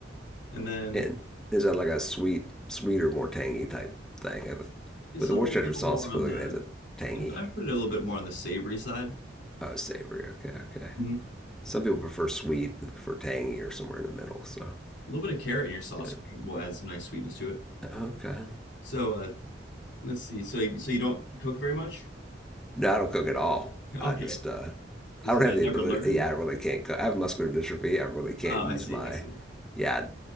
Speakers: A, on the left (about 85°); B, in the centre.
A: And then
B: And is that like a sweet, sweeter, more tangy type thing? With,
A: It's
B: with
A: a
B: the
A: little
B: Worcestershire sauce,
A: more
B: I
A: on
B: feel like
A: the
B: it adds a tangy.
A: i put it a little bit more on the savory side.
B: Oh, savory. Okay, okay.
A: Mhm.
B: Some people prefer sweet, they prefer tangy, or somewhere in the middle. So
A: A little bit of carrot in your
B: that's
A: sauce
B: good.
A: will add some nice sweetness to it.
B: Okay.
A: So uh, let's see. So so you don't cook very much?
B: No, I don't cook at all.
A: <laughs> Okay,
B: I just, uh,
A: Just
B: I don't
A: uh,
B: have the
A: never
B: ability.
A: learned.
B: Yeah, I really can't cook. I have muscular dystrophy. I really can't
A: Oh,
B: use
A: I see.
B: my,
A: I see.
B: yeah.